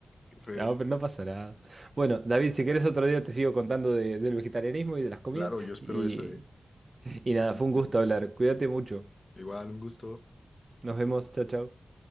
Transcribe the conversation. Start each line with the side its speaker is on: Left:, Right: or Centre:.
Left: qué feo.
Right: No, pero no pasa nada. Bueno, David, si querés otro día te sigo contando de- del vegetarianismo y de las comidas.
Left: Claro, yo espero
Right: Y,
Left: eso, ¿eh?
Right: y nada,
Left: Definitivamente.
Right: fue un gusto hablar. Cuídate mucho.
Left: Igual, un gusto.
Right: Nos vemos, chao, chao.